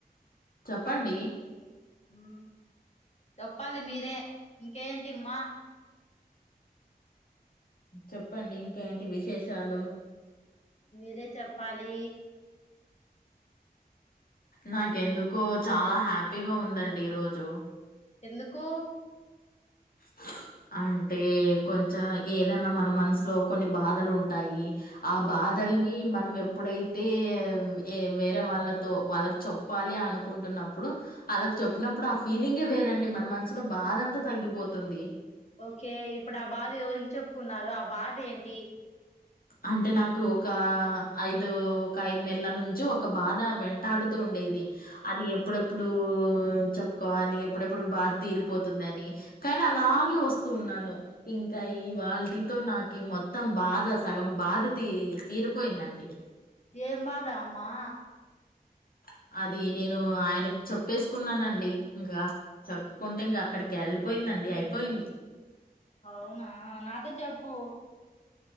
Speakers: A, on the left; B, on the left.
A: చెప్పండి
B: ఊ చెప్పాలి మీరే ఇంకేంటిమ్మా
A: చెప్పండి ఇంకేంటి విశేషాలు
B: మీరే చెప్పాలి
A: నాకెందుకో చాలా హ్యాపీగా ఉందండి ఈరోజు
B: ఎందుకు
A: <inaudible> అంటే కొంచెం ఏదన్నా మన మనసులో కొన్ని బాధలు ఉంటాయి ఆ బాదల్ని మనం ఎప్పుడైతే ఏ వేరే వాళ్ళతో వాళ్ళకి చెప్పాలి అనుకుంటున్నప్పుడు ఆలకి చెప్పినప్పుడు ఆ ఫీలింగే వేరండి మన మనసులో బాధ అంతా తగ్గిపోతుంది
B: ఓకే ఇప్పుడు ఆ బాధ ఎవరికి చెప్పుకున్నారు ఆ బాధ ఏంటి
A: అంటే నాకు ఒక ఐదు ఒక ఐదు నెలల నుంచి ఒక బాధ వెంటాడుతూ ఉంటే ది అది ఎప్పుడెప్పుడు చెప్పుకోవాలి ఎప్పుడెప్పుడు బాధ తీరిపోతుందని కానీ అలాగే వస్తూ ఉన్నాను ఇంకా ఇవ్వాల టీతో నాకు ఈ మొత్తం బాధ సగం బాధ తీ తీరిపోయిందండి
B: ఏం బాధ అమ్మా
A: <inaudible> అది నేను ఆయనకి చెప్పేసుకున్నానండి ఇంకా చెప్పుకుంటే ఇంకా అక్కడికి వెళ్ళిపోయింది అండి అయిపోయింది
B: అవునా నాతో చెప్పు